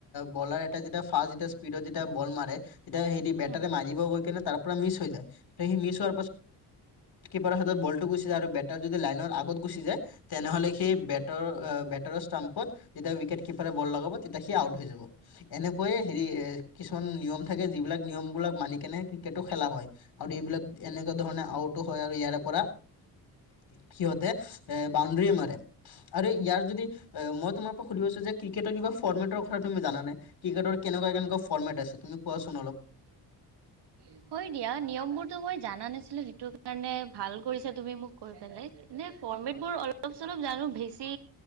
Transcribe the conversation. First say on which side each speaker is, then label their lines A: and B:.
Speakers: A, on the left (about 60°); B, on the right (about 70°).
A: বলাৰ এটা যেতিয়া ফাষ্ট যেতিয়া স্পীডত যেতিয়া বল মাৰে। তেতিয়া সেইদি বেটাৰে
B: হুম, হুম।
A: মাৰিব গৈ কিনে তাৰ পৰা মিছ হৈ যায়, সেই মিছ হোৱাৰ পাছত কিপাৰৰ হাতত বলটো গুচি যায় আৰু বেটাৰ যদি লাইনৰ আগত গুচি যায়। তেনেহ'লে সেই বেটাৰ বেটাৰৰ ষ্টাম্পত যেতিয়া উইকেট কিপাৰে বল লগাব তেতিয়া সি আউট হৈ যাব। এনেকৈয়ে হেৰি এ কিছুমান নিয়ম থাকে যিবিলাক নিয়মবিলাক মানি কেনে ক্ৰিকেটো খেলা হয়। এইবিলাক এনেকুৱা ধৰণে আউটো হয়, আৰু ইয়াৰে পৰা সিহঁতে এ বাউণ্ডৰী মাৰে আৰু ইয়াৰ যদি এ মই তোমাৰ পৰা সুধিব ক্ৰিকেট কিবা ফৰ্মেৰ কথা তুমি জানা নে, ক্ৰিকেৰ কেকুৱা কেনেকুৱা ফৰ্মমে আছে তুমি কোৱাচোন অলপ?
B: <unintelligible> হয়, দিয়া নিয়ম বোৰতো মই জানা নাছিলো যিটো কাৰণে ভাল কৰিছা তুমি মোক কৈ পেলাই। এনে ফৰ্মেট বোৰ অলপ চলপ জানো বেছি